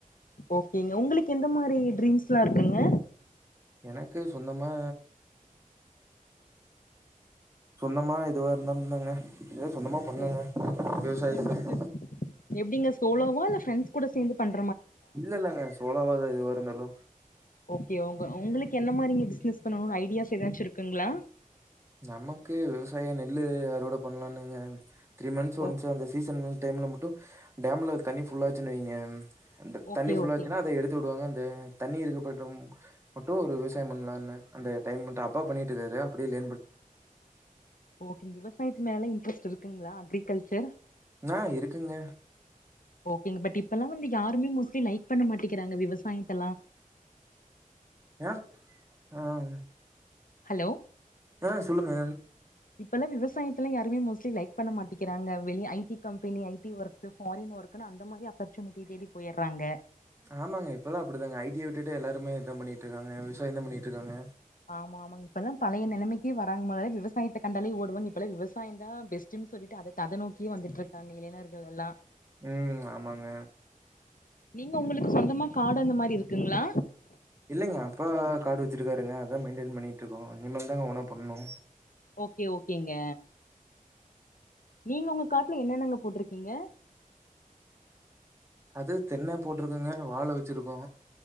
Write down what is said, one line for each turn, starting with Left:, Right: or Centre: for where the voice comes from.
Left: ஓகேங்க உங்ளுக் கெந்த மாரி டிர்ங்ஸ்லா இருக்குங்க
Right: எனக்கு சொந்தம மா சொந்தமா எதுவா இருந்தாலுமே எதோ சொந்தமா பண்ணுங்க
Left: ஓ
Right: விவசாயத்துக்கு
Left: ஓன் பிஸ்னஸ் எப்டிங்க சோலோவா இல்ல ஃபிரெண்ஸ் கூட சேந்து பண்ணு
Right: இல்லல்லங்க சோலோவாதா எதுவா இருந்தாலு
Left: ஓகே உங்க உங்களுக்கு என்ன மாரிங்க பிஸ்னஸ் பண்ணணுனு ஐடியாஸ் ஏதாச்சு இருக்குங்ளா
Right: நமக்கு விவசாயொ நெல்லு அறுவடை பண்ணலானுங்க த்ரீ மந்த்ஸ் ஒன்ஸ்
Left: ஓ
Right: அந்த சீசன் டைம்ல மட் டும் டேம்ல தனி ஃபுல்லாச்சுனு வைங்க அந்த
Left: ஓகே
Right: தண்ணி ஃபுல்லாசுனா
Left: ஓகேங்க
Right: அத எடுத்து விடுவாங்க அந்த தண்ணி இருக்கப டும் மட்டூ ஒரு விவசாயொ பண்ணலானு அந்த டைம் மட்டு அப்பா பண்ணிட்டு இருக்காரு அப்டி இல்
Left: ஓகே விவசாயத்து மேல இன்ட்ரஸ்ட் இருக்குங்களா அக்ரிகல்ச்சர்
Right: ஆஹ் இருக்குங்க
Left: ஓகேங்க பட் இப்பெல்லா வந்து யாருமே மோஸ்ட்லி லைக் பண்ண மாட்டீக்கிறாங்க விவசாயத்தல்லா
Right: ஏ ஆஹ் ஆஹ்
Left: ஹலோ
Right: ஆஹ் சொல்லுங்க
Left: இப்பெல்லா விவசாயத்தல்ல யாருமே மோஸ்டலி லைக் பண்ண மாட்டீக்கிறாங்க வெளிய I T company I T work foreign ஒர்க்னு அந்த மாரி அப்பர்சுனிட்டி தேடி போயர்றாங்க
Right: ஆமாங்க இப்பெல்லா அப்டிதாங்க ஐ டிய விட்டுட்டு எல்லாருமே இதா பண்ணிட்டு இருக்காங்க விவசாயம்தா பண்ணிட்டு இருக்காங்க
Left: ஆமா ஆமாங்க இப்பெல்லா பழைய நெலைமைக்கே வராங்க மொதல்ல விவசாயத்த கண்டாலே ஓடுவன் இப்பல்லா விவசாயம்தா பெஸ்டுனு சொல்லிட்டு அத த அத நோக்கியே வந்துட்டு இருக்காங்க இளைஞர்கள் எல்லா
Right: உம் ஆமாங்க
Left: நீங்க உங்களுக்கு சொந்தமா காடு அந்த மாரி இருக்குங்ளா
Right: இல்லங்க அப்பா காடு வெச்சிருக்காருங்க அதா மெயின்டெய்ன் பண்ணிட்டு இருக்கோ இனிமேல்தாங் ஓனா பண்ணூ
Left: ஓகே ஓகேங்க நீங்க உங்க காட்ல என்னென்னங்க போட்ருகீங்க
Right: அது தென்னெ போட்ருகோங்க வாழ வெச்ருகோ